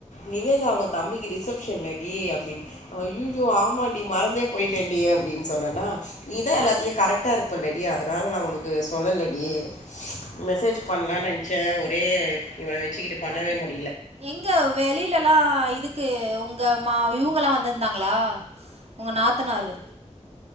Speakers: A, on the left; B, on the right.
A: நிவேதா அவுங் தம்பிக்கு ரிசப்ஷன்ல்லடி அப்டினு அய்யய்யோ ஆமாடி மறந்தே போயிட்டன்டி அப்டின் சொன்னன்னா நீதா எல்லாத்துலயு கரக்டா இருப்பல்லடி அதனால நா உனக்கு சொல்லலடி மெசேஜ் பண்லானு நென்ச்சே ஒரே இவன வச்சுகிட்டு பண்ணவே முடி
B: எங்க வெளிலல்லா இதுக்கு உங்க மா இவுங்கல்லா வந்திருந்தாங்களா உங்க நாத்தனாரு